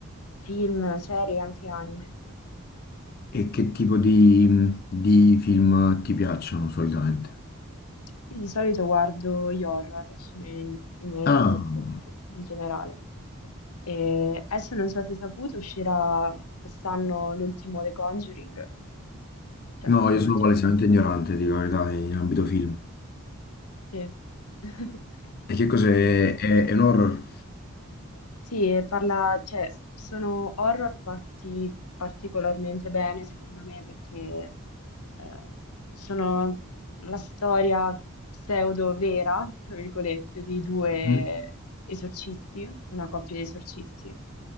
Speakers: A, on the left (about 85°); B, on the left (about 45°).
A: film, serie e anche anime.
B: E che tipo di, di film ti piacciono solitamente?
A: Io di solito guardo gli horror, sono i, i miei
B: Ah,
A: film preferiti in generale. E adesso non so se hai saputo, uscirà quest'anno l'ultimo The Conjuring, cioè
B: No, io
A: l'ultimo.
B: sono palesemente ignorante, dico la verità, in ambito film.
A: Sì. <laughs>
B: E che cos'è?
A: Mm.
B: È, è un horror?
A: Sì, e parla, cioè, sono horror fatti particolarmente bene, secondo me, perché eh, sono la storia pseudo-vera, tra virgolette, di due
B: Mm?
A: esorcisti, una coppia di esorcisti,